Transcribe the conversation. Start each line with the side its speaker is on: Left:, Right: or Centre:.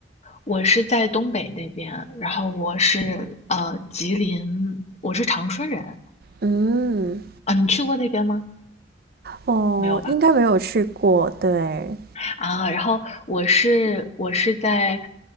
Left: 我是在东北那边，然后我是呃吉林，我是长春人，
Right: 嗯，
Left: 啊，你去过那边吗？
Right: 哦，
Left: 没有吧？
Right: 应该没有去过，对，
Left: 啊，然后我是我是在，